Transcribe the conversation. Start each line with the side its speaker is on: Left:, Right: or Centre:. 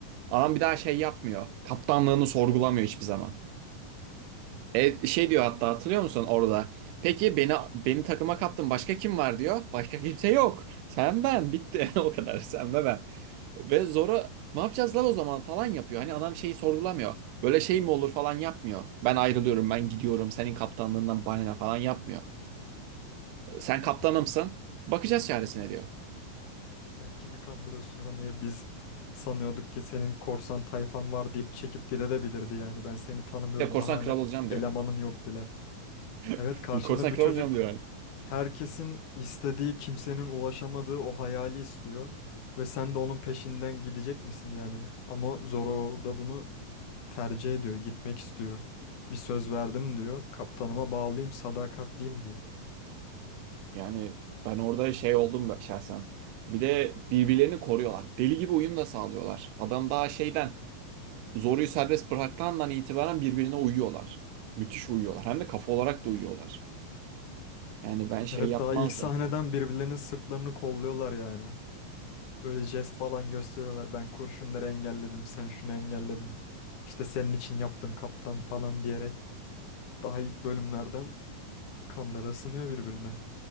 Right: Adam bir daha şey yapmıyor. Kaptanlığını sorgulamıyor hiçbir zaman. E, şey diyor hatta hatırlıyor musun orada? Peki beni beni takıma kattın. Başka kim var diyor. Başka kimse yok. Sen ben bitti. <laughs> O kadar sen ve ben. Ve Zoro ne yapacağız lan o zaman falan yapıyor. Hani adam şeyi sorgulamıyor. Böyle şey mi olur falan yapmıyor. Ben ayrılıyorum, ben
Left: Ben
Right: gidiyorum. Senin kaptanlığından bana ne falan yapmıyor. Sen kaptanımsın.
Left: yani
Right: Bakacağız çaresine diyor.
Left: Sen kimi kandırıyorsun? Hani biz sanıyorduk ki senin korsan tayfan var deyip çekip gidebilirdi yani. Ben seni tanımıyorum.
Right: Bir de korsan
Left: Daha hani
Right: kral olacağım diyor.
Left: elemanın yok bile. Evet
Right: <laughs>
Left: karşında
Right: Korsan
Left: bir
Right: kral
Left: çocuk
Right: olacağım diyor yani.
Left: herkesin istediği, kimsenin ulaşamadığı o hayali istiyor. Ve sen de onun peşinden gidecek misin yani? Ama Zoro orada bunu tercih ediyor, gitmek istiyor. Bir söz verdim diyor. Kaptanıma bağlıyım, sadakatliyim diyor.
Right: Yani ben orada şey oldum ben- şahsen. Bir de birbirlerini koruyorlar. Deli gibi uyum da sağlıyorlar. Adam daha şeyden zoruyu serbest bıraktığından itibaren birbirine uyuyorlar. Müthiş uyuyorlar. Hem de kafa olarak da uyuyorlar. Yani ben şey
Left: Evet
Right: yapmazdım.
Left: daha ilk sahneden birbirlerinin sırtlarını kolluyorlar yani. Böyle jest falan gösteriyorlar. Ben kurşunları engelledim, sen şunu engelledin. İşte senin için yaptım kaptan falan diyerek. Daha ilk bölümlerden kanları ısınıyor birbirine.